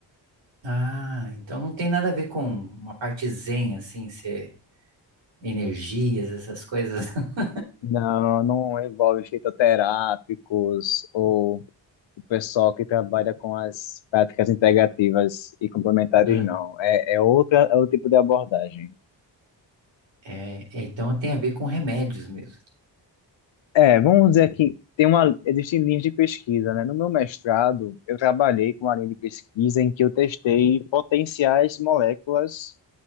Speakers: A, on the right; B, on the left.
A: Ah, então não tem nada a ver com uma parte zen, assim, ser energias, essas coisas. <laughs>
B: Não, não envolve fitoterápicos ou o pessoal que trabalha com as práticas integrativas e complementares,
A: Ah,
B: não. É, é outra, é outro tipo de abordagem.
A: É, é, então tem a ver com remédios mesmo.
B: É, vamos dizer que tem uma, existem linhas de pesquisa, né? No meu mestrado, eu trabalhei com uma linha de pesquisa em que eu testei potenciais moléculas